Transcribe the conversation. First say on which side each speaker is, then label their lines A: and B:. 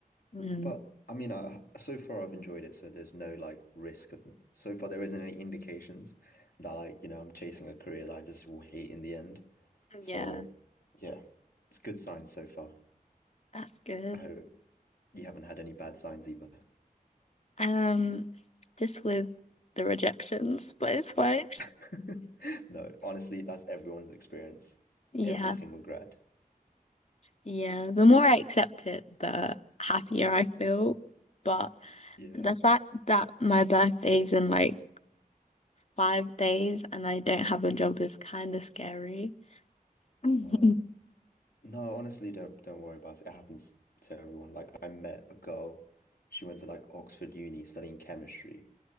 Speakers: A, on the left; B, on the left.
A: mm,
B: But I mean, I, so far I've enjoyed it, so there's no like risk of so far there isn't any indications that like, you know, I'm chasing a career that I just will hate in the end. So
A: yeah,
B: yeah, it's good signs so far.
A: that's good.
B: I hope you haven't had any bad signs either.
A: Um, just with the rejections, but it's fine.
B: <laughs> No, honestly, that's everyone's experience,
A: Yeah,
B: every single grad.
A: yeah. The more I accept it, the happier I feel. But
B: Yeah.
A: the fact that my birthday's in like five days and I don't have a job is kind of scary. <laughs>
B: Um, no, honestly, don't don't worry about it. It happens to everyone. Like I met a girl, she went to like Oxford Uni studying chemistry.